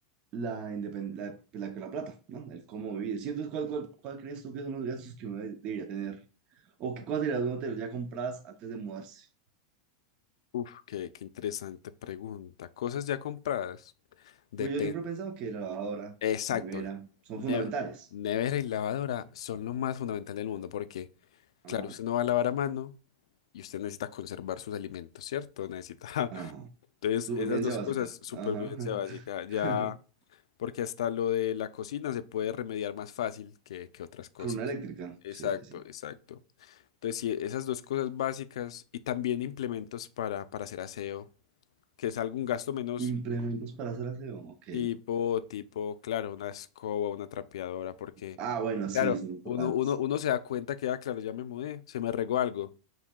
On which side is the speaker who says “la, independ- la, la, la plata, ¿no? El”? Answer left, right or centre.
Right